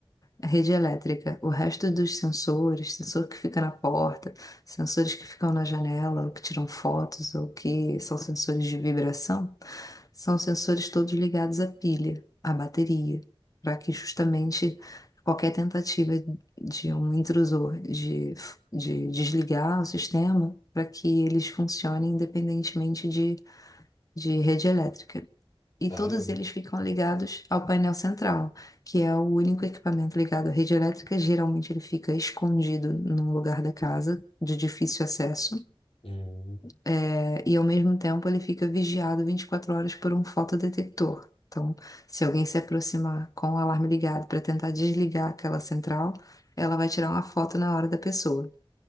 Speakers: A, on the left; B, on the left.
A: A rede elétrica, o resto dos sensores, sensor que fica na porta, sensores que ficam na janela, ou que tiram fotos, ou que são sensores de vibração, são sensores todos ligados à pilha, à bateria, para que justamente qualquer tentativa de um intrusor de, de desligar o sistema, para que eles funcionem independentemente de, de rede elétrica e
B: Olha,
A: todos
B: mu-
A: eles ficam ligados ao painel central, que é o único equipamento ligado à rede elétrica. Geralmente ele fica escondido num lugar da casa, de difícil acesso,
B: hum,
A: é, e ao mesmo tempo ele fica vigiado 24 horas por um fotodetector. Então, se alguém se aproximar com o alarme ligado para tentar desligar aquela central, ela vai tirar uma foto na hora da pessoa.